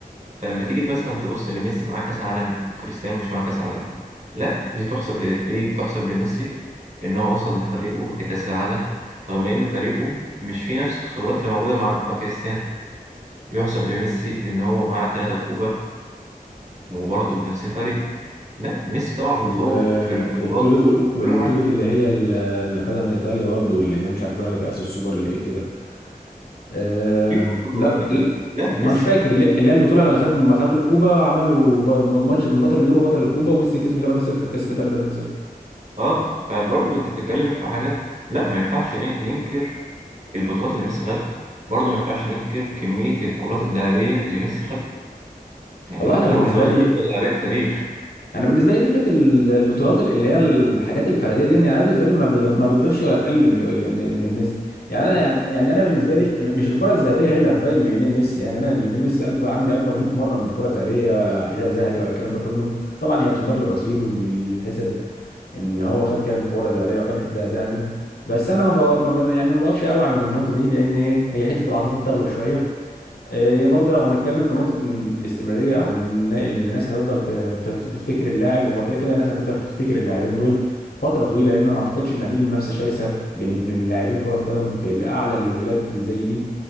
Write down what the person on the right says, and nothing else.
فلما تيجي مثلا تبص ان ميسي معاه كاس عالم كريستيانو مش معاه كاس عالم لا دي تحسب ل... دي تحسب لميسي ان هو وصل بفريقه لكاس العالم رغم انه فريقه مش فيه نفس الخبرات اللي موجوده مع, مع كريستيانو يحسب لميسي ان هو معاه ثلاثة كوبا وبرضه بنفس الفريق لا ميسي طبعا متفوق
في البطولات
كل حاجه
بيجيب كله
يعني
لا ميسي
اه فبرضه انت بتتكلم في حاجه لا ما ينفعش ننكر البطولات اللي ميسي خدها برضه ما ينفعش ننكر كمية الكرات الذهبية اللي ميسي خدها يعني
ده أكتر
واحد واخد
كرة ذهبية في التاريخ